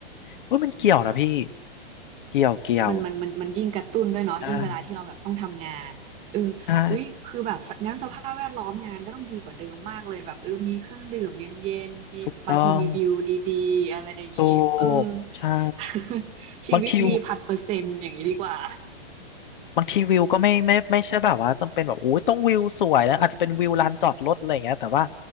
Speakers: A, on the left; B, on the right.
A: เอยมันเกี่ยวนะพี่เกี่ยวเกี่ยว
B: มันมันมันมันยิ่งกระตุ้นด้วยเนาะยิ่งเวลาที่เราแบบต้องทำงานเออ
A: ใช่ใช่
B: อุ๊ยคือแบบสงั้นสภาพแวดล้อมงานก็ต้องดีกว่าเดิมมากเลยแบบเออมีเครื่องดื่มเย็นๆมีบางทีมีวิวดีๆอะไรอย่างนี้เออ
A: ถูกต้องถูกใช่
B: <laughs> ชีวิตดีพันเปอร์เซ็นต์อย่างนี้ดีกว่า
A: บางที บางทีวิวก็ไม่ไม่ไม่ใช่แบบว่าจำเป็นแบบโอ้ยต้องวิวสวยนะอาจจะเป็นวิวลานจอดรถอะไรอย่างเงี้ยแต่ว่า